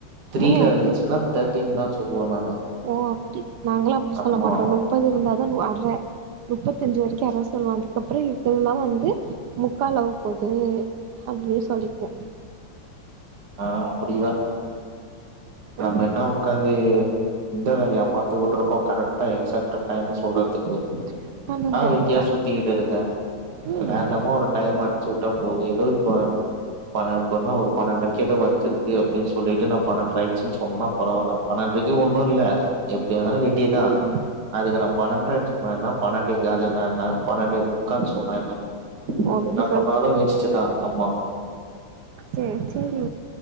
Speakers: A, on the right (about 55°); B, on the right (about 70°).
A: த்ரீல
B: ஓ
A: இருந்துச்சுன்னா தேர்டின் தா சொல்லுவே நானு
B: ஓ அப்டி நாங்களா அப்டி
A: ஆமா
B: சொல்ல மாட்டோ முப்பது இருந்தா தா அர்ற முப்பத்தஞ்சு வரைக்கோ அதா சொல்லுவோ அதுக்கப்புறோ இருக்குதுல்லா வந்து முக்கால் ஆவ போது அப்டியே சொல்லிக்குவோ
A: ஆ அப்டிதா
B: ம்
A: நம்ம என்ன ஒக்காந்து இந்த வேலையா பாத் கத்துக்குட்டு இருக்கோ கரெக்டா எக்சாட்டு டைமு சொல்றதுக்கு
B: ம் அதுவு
A: நா
B: கரெக்ட்
A: வெட்டியா
B: தா
A: சுத்திகிட்டு இருக்க
B: ம்
A: ரேண்டமா ஒரு டைம் அட்ச்சு வுட்டா போதோ எதோ இப்ப பனெண் இப்பனா ஒரு பன்னெண்ட்ரை எதோ ஒர்க் இருக்கு அப்டீன்னு சொல்லிட்டு நா பன்னெண்ட்ர ஆயிட்ச்சுன்னு சொன்னேனனா பரவால்ல பன்னெண்ட்ரைக்கு ஒன்னோ இல்ல எப்டி ஆனாலு கெட் ட்டி தா
B: ம்
A: அதுக்கு நா பன்னெண்ட்ர சொன்னா என்ன பன்னெண்டே காலுனா இன்னா பன்னெண்டு முக்கான்னு சொன்னா என்ன
B: ஓ அப்டி
A: என்ன பண்ணாலு வேஸ்டுதா ஆமா
B: செரி செரி